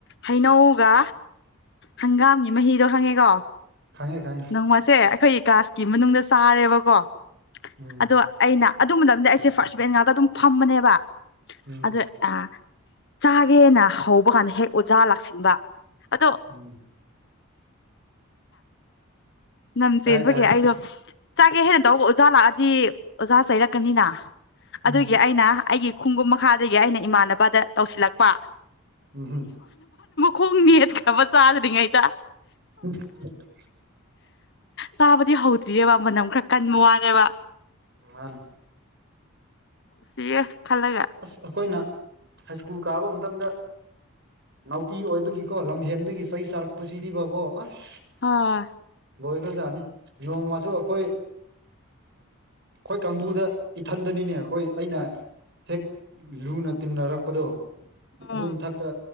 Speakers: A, on the left (about 50°); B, on the right (about 50°).
A: ꯍꯩꯅꯧꯒ ꯍꯪꯒꯥꯝꯒꯤ ꯃꯍꯤꯗꯣ ꯈꯪꯉꯦꯀꯣ
B: ꯈꯪꯉꯦ ꯈꯉꯦ
A: ꯅꯣꯡꯃꯁꯦ ꯑꯩꯈꯣꯏꯒꯤ ꯀ꯭ꯂꯥꯁꯀꯤ ꯃꯅꯨꯡꯗ ꯆꯥꯔꯦꯕꯀꯣ
B: ꯎꯝ
A: ꯑꯗꯣ ꯑꯩꯅ ꯑꯗꯨ ꯃꯇꯝꯗꯤ ꯑꯩꯁꯦ ꯐꯥꯔꯁ ꯕꯦꯟ ꯉꯥꯛꯇ ꯑꯗꯨꯝ ꯐꯝꯕꯅꯦꯕ
B: ꯎꯝ
A: ꯑꯗ ꯑ ꯆꯥꯒꯦꯅ ꯍꯧꯕ ꯀꯥꯟꯗ ꯍꯦꯛ ꯑꯣꯖꯥ ꯂꯥꯛꯁꯤꯟꯕ ꯑꯗꯣ
B: ꯎꯝ
A: <inaudible>
B: ꯇꯥꯏ ꯇꯥꯏ
A: ꯑꯩꯗꯣ ꯆꯥꯒꯦ ꯍꯦꯟꯅ ꯇꯧꯕ ꯑꯣꯖꯥ ꯂꯥꯛꯑꯗꯤ ꯑꯣꯖꯥ ꯆꯩꯔꯛꯀꯅꯤꯅ ꯑꯗꯨꯒꯤ
B: ꯎꯝ
A: ꯑꯩꯅ ꯑꯩꯒꯤ ꯈꯨꯡꯒꯨꯝ ꯃꯈꯥꯗꯒꯤ ꯑꯩꯅ ꯏꯃꯥꯟꯅꯕꯗ ꯇꯧꯁꯤꯜꯂꯛꯄ
B: ꯎꯝ ꯍꯨꯝ
A: ꯈꯣꯡ ꯌꯦꯠꯈꯕ ꯆꯥꯗ꯭ꯔꯤꯉꯩꯗ
B: <unintelligible>
A: ꯇꯥꯕꯗꯤ ꯍꯧꯗ꯭ꯔꯤꯑꯕ ꯃꯅꯝ ꯈꯔ ꯀꯟꯕ ꯋꯥꯅꯦꯕ
B: ꯃꯥꯅꯦ
A: ꯁꯤꯌꯦ ꯈꯜꯂꯒ
B: ꯑꯁ ꯑꯩꯈꯣꯏꯅ ꯍꯥꯏ ꯁ꯭ꯀꯨꯜ ꯀꯥꯕ ꯃꯇꯝꯗ ꯅꯥꯎꯇꯤ ꯑꯣꯏꯕꯒꯤꯀꯣ ꯂꯝꯍꯦꯟꯕꯒꯤ ꯆꯩ ꯆꯥꯔꯛꯄꯁꯤꯗꯤꯕꯀꯣ ꯑꯁ
A: ꯍꯥ
B: ꯂꯣꯏꯕꯖꯥꯅꯤ ꯅꯣꯡꯃꯁꯨ ꯑꯩꯈꯣꯏ ꯑꯩꯈꯣꯏ ꯀꯥꯡꯕꯨꯗ ꯏꯊꯟꯗꯅꯤꯅꯦ ꯑꯩꯈꯣꯏ ꯑꯩꯅ ꯍꯦꯛ ꯂꯨꯅ ꯇꯤꯟꯅꯔꯛꯄꯗꯣ
A: ꯎꯝ
B: ꯑꯗꯨ ꯃꯊꯛꯇ